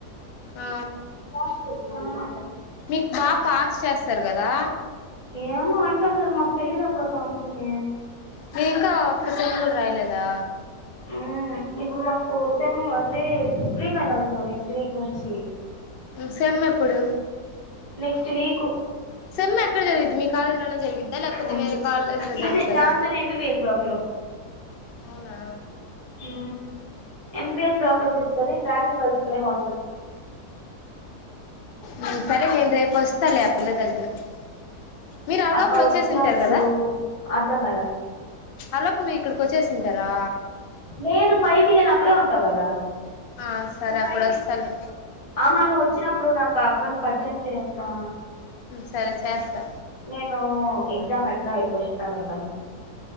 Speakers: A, on the left (about 75°); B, on the left (about 25°).
A: ఆ
B: ఆ
A: మీకు బాగా పాస్ చేస్తారు కదా
B: ఏమో అంటున్నారు మాకు తెలిదు అక్క కానీని
A: నువ్వు ఇంకా ఒక్క సెమ్ కూడా రాయలేదా
B: మ్ ఇప్పుడు మాకు సెమ్ వంది ప్రీఫైనల్స్ నెక్స్ట్ వీక్ నుంచి
A: మ్ సెమ్మెప్పుడు
B: నెక్స్ట్ వీకు
A: సెమ్ ఎక్కడ జరిగిది మీ కాలేజ్ లోనే జరిగిద్దా లేకపోతే
B: మంత్
A: వేరే కాలేజ్లో
B: ఇదే
A: జరుగుతదా
B: దాంతోనే ఎంబీబిఎస్ బ్లాక్
A: అవునా
B: మ్ ఎంబిబిఎస్ బ్లాక్ లో జరుగుతది ప్రాక్టికల్స్ ఇక్కడ హా
A: మ్ సరే నేను రేపు వస్తా లే ఆ పిల్ల దగ్గరికి మీరు ఆ
B: అక్క
A: లోపల వచ్చేసి
B: వచ్చినప్పుడు
A: ఉంటారు కదా
B: అర్ధం కాల
A: ఆ లోపు మీ ఇక్కడికి వచ్చేసింటారా
B: నేను ఫైవ్ కి నేను అక్కడే ఉంటా కదా
A: ఆ సరే అప్పుడోస్తాలే
B: ఆహా నువ్వు వచ్చినప్పుడు నాకు ఆ అక్కను పరిచయం చెయ్యక్కా
A: సరే చేస్తా
B: నేను ఎగ్జామ్ ఎట్ రాయలి క్వశ్చన్ పేపర్ లు